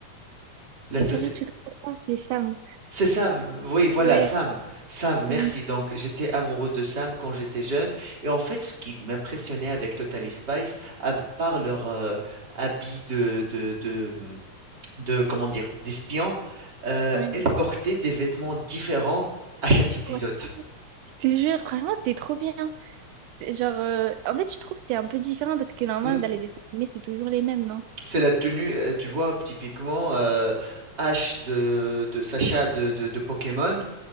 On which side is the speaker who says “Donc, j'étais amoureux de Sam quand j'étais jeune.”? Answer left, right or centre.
Right